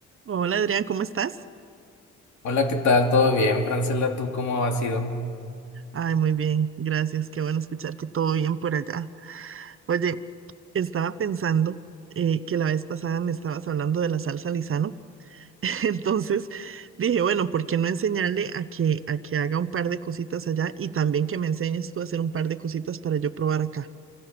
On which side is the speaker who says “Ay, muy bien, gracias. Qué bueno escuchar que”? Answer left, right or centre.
Right